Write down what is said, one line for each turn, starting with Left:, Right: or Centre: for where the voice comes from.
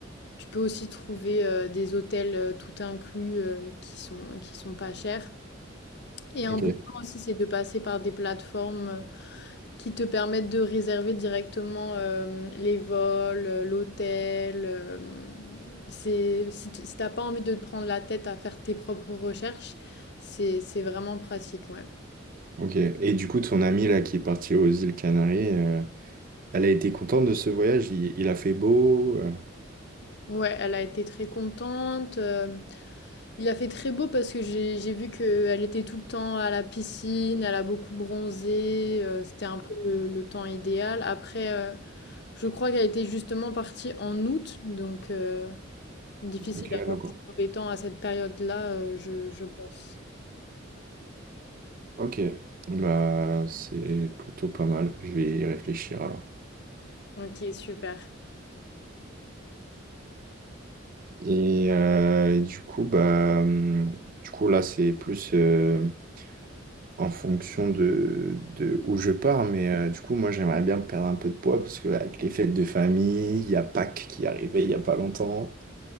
Left: Tu peux aussi trouver euh, des hôtels euh, tout inclus euh, qui sont, qui sont pas chers. Et un
Right: Ok,
Left: bon point aussi, c'est de passer par des plateformes euh, qui te permettent de réserver directement euh, les vols, euh, l'hôtel. euh, c'est, si tu n'as pas envie de te prendre la tête à faire tes propres recherches, c'est, c'est vraiment pratique, ouais.
Right: ok. Et du coup, ton ami là qui est parti aux îles Canaries, euh, elle a été contente de ce voyage? Il, il a fait beau? euh,
Left: Ouais, elle a été très contente. euh, Il a fait très beau parce que j'ai j'ai vu qu'elle était tout le temps à la piscine, elle a beaucoup bronzé, euh, c'était un peu le, le temps idéal. Après, euh, je crois qu'elle était justement partie en août, donc euh, difficile
Right: Ok,
Left: d'avoir
Right: donc,
Left: trouvé temps à cette période-là, euh, je, je pense.
Right: ok. Bah, c'est plutôt pas mal. Je vais y réfléchir alors.
Left: Ok, super.
Right: Et, euh, et du coup, bah, hum, du coup, là, c'est plus euh, en fonction de, de où je pars. Mais euh, du coup, moi, j'aimerais bien perdre un peu de poids parce que avec les fêtes de famille, il y a Pâques qui est arrivé il n'y a pas longtemps.